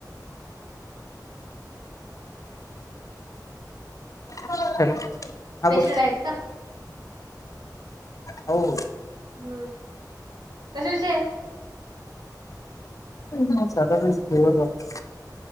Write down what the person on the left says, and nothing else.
हॅलो हा
बोल
अहो
साधारणत <unintelligible>